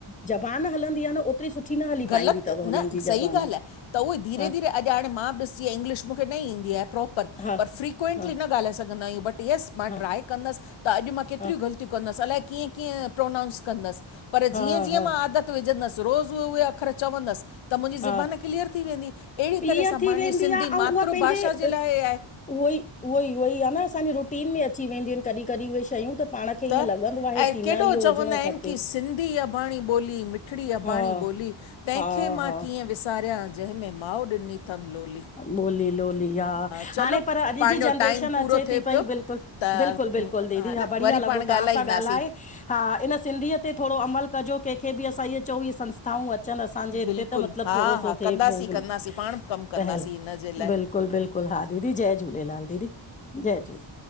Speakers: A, on the left; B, on the left.
A: ज़बान हलंदी आं न? ओतिरी सुठी न हली
B: ग़लति
A: पाईंदी तव्, हुननि
B: न
A: जी
B: सही
A: ज़बान,
B: ॻाल्हि आहे त उहे धीरे
A: हा।
B: धीरे अॼु हाणे मां बि ॾिसी इंग्लिश मूंखे न ईंदी आहे प्रोपर,
A: हा
B: पर फ्रिक्वैेंटली
A: हा
B: न ॻाल्हाए सघंदा आहियूं बट। यस मां
A: हा
B: ट्राए कंदसि, त अॼु मां केतिरियूं
A: हा
B: ग़लतियूं कंदसि? अलाए कीअं कीअं प्रोनाउंस कंदसि? पर
A: हा
B: जीअं - जीअं
A: हा
B: मां आदत विझंदसि रोज़ु। पो उहे अख़र चवंदसि, त मुंहिंजी ज़बान
A: हा
B: क्लीअर थी वेंदी। अहिड़ी
A: क्लियर
B: तरह सां
A: थी
B: पंहिंजी
A: वेंदी
B: सिंधी,
A: आहे ऐं
B: मातृभाषा
A: उहा पंहिंजे
B: जे लाइ आहे।
A: उहो ई -उहो ई -उहो ई आहे न, असांजी रुटीन में अची वेंदियूं आहिनि। कॾहिं- कॾहिं उहे शयूं त। पाण खे ईअं
B: त,
A: लॻंदो आहे
B: ऐं
A: की न
B: केॾो
A: इहो
B: चवंदा
A: हुजिणो
B: आहिनि?
A: खपे
B: की सिंधी अबाणी ॿोली- मिठड़ी अबाणी
A: हा
B: ॿोली। तंहिंखे
A: हा
B: मां
A: हा
B: कीअं विसारियां? जंहिं में माउ ॾिनी थमि लोली।
A: ॿोली-लोली हा,
B: चलो
A: हाणे पर अॼु
B: पंहिंजो
A: जी जनरेशन
B: टाइम पूरो
A: अचे
B: थिए
A: थी पई
B: पियो
A: बिल्कुलु,
B: त
A: बिल्कुलु- बिल्कुलु। बिल्कुल दीदी, हा।
B: न
A: बढ़िया
B: वरी
A: लॻो
B: पाण ॻाल्हाईंदासीं
A: तव्हां सां ॻाल्हाए, हा। इन सिंधीअ ते थोरो अमल कजो। कंहिंखे बि असां इअ चऊं ईय संस्थाऊं अचनि, असांजे हिते
B: बिल्कुलु
A: त मतलबु,
B: हा
A: थोरो
B: हा
A: सो थिए
B: कंदासीं
A: बिल्कुलु।
B: कंदासीं पाण बि कमु कंदासीं
A: पहल,
B: हिन जे लाइ
A: बिल्कुलु- बिल्कुलु हा दीदी, जय झूलेलाल दीदी। जय झूलेलाल।